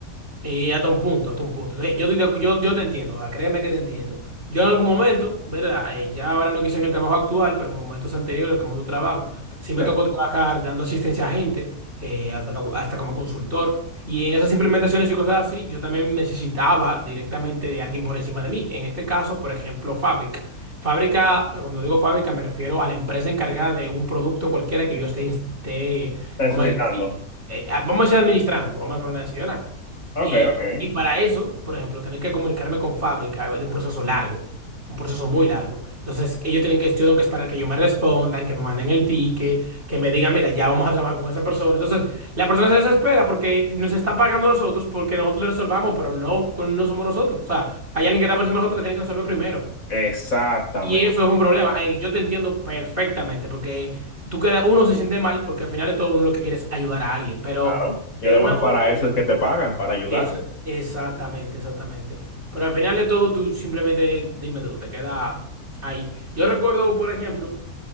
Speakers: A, on the right; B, on the left.
A: Y hasta un punto, hasta un punto. Entonces, yo, estoy de acu- yo, yo te entiendo, o sea, créeme que te entiendo. Yo en algún momento, ¿verdad? Eh, ya ahora no quise en el trabajo actual, pero en momentos anteriores, como tu trabajo, sí me
B: Sí,
A: tocó trabajar dando asistencia a gente, eh, hasta, co- hasta como consultor. Y en esas implementaciones y cosas así, yo también necesitaba directamente de alguien por encima de mí. En este caso, por ejemplo, fábrica. Fábrica, cuando digo fábrica, me refiero a la empresa encargada de un producto cualquiera que yo esté, esté,
B: necesitando.
A: vamos a decir, así, eh, vamos a decir administrando, vamos a poner así, ¿verdad?
B: Ok,
A: Y,
B: ok.
A: y para eso, por ejemplo, tener que comunicarme con fábrica es un proceso largo, un proceso muy largo. Entonces, ellos tienen que, yo tengo que esperar que yo me respondan, que me manden el ticket, que me digan, mira, ya vamos a trabajar con esa persona. Entonces, la persona se desespera porque nos está pagando a nosotros porque nosotros le resolvamos, pero no, con- no somos nosotros. O sea, hay alguien que está por encima de nosotros que tiene que resolver primero.
B: Exactamente.
A: Y eso es un problema. Ay, yo te entiendo perfectamente porque tú queda, uno se siente mal porque al final de todo uno lo que quiere es ayudar a alguien, pero
B: Claro. Y
A: de
B: además
A: una forma
B: para eso
A: u otra.
B: es que te pagan, para ayudar.
A: Es, exactamente, exactamente. Pero al final de todo, tú simplemente dime tú, te queda ahí. Yo recuerdo, por ejemplo,